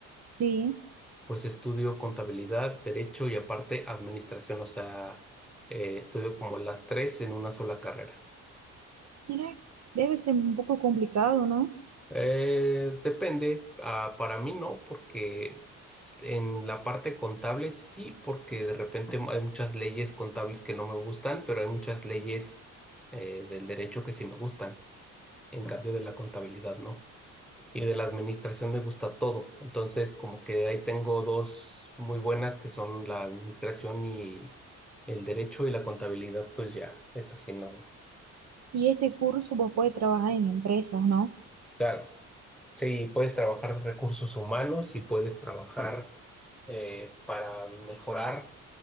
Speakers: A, on the right; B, in the centre.
A: Sí,
B: Pues estudio contabilidad, derecho y aparte administración, o sea, eh, estudio como las tres en una sola carrera.
A: mira, debe ser un poco complicado, ¿no?
B: Eh, depende, ah, para mí no, porque s- en la parte contable sí, porque de repente hay muchas leyes contables que no me gustan, pero hay muchas leyes eh, del derecho que sí me gustan, en cambio de la contabilidad no. y de la administración me gusta todo. Entonces, como que ahí tengo dos muy buenas que son la administración y el derecho y la contabilidad, pues ya, es así, ¿no?
A: Y este curso vos podés trabajar en empresas, ¿no?
B: Claro, sí, puedes trabajar recursos humanos y puedes trabajar eh, para mejorar